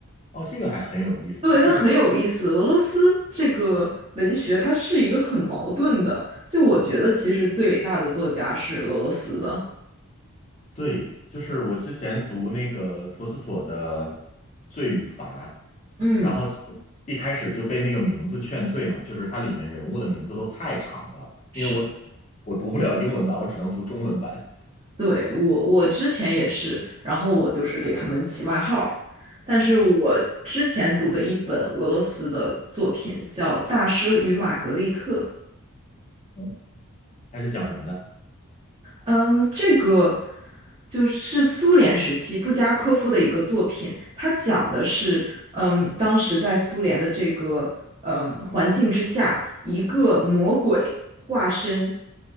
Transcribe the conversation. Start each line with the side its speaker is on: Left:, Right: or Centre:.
Left: 哦，这个还很有意思。
Right: 对，
Left: 这个
Right: 它很有意思。俄罗斯这个文学，它是一个很矛盾的。就我觉得，其实最伟大的作家是俄罗斯的。
Left: 对，就是我之前读那个托斯妥的《罪与罚》，
Right: 嗯，
Left: 然后一开始就被那个名字劝退嘛，就是它里面人物的名字都太长了，
Right: 是，
Left: 因为我我读不了英文版，我只能读中文版
Right: 对，我我之前也是，然后我就是给他们起外号儿但是我之前读的一本俄罗斯的作品叫《大师与玛格丽特》，
Left: 啊。嗯它是讲什么的？
Right: 嗯，这个就是苏联时期布加科夫的一个作品，他讲的是，嗯，当时在苏联的这个嗯环境之下，一个魔鬼化身，